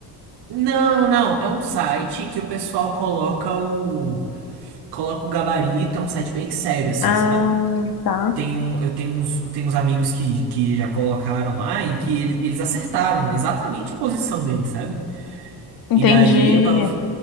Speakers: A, on the right (about 70°); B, on the left (about 55°).
A: Não, não, é um site que o pessoal coloca o coloca o gabarito, é um site bem sério assim,
B: Ah,
A: sabe?
B: tá.
A: Tem um, eu tenho uns, eu tenho uns amigos que, que já colocaram lá e que ele- eles acertaram exatamente a posição dele, sabe?
B: Entendi.
A: E daí eu tava. fi-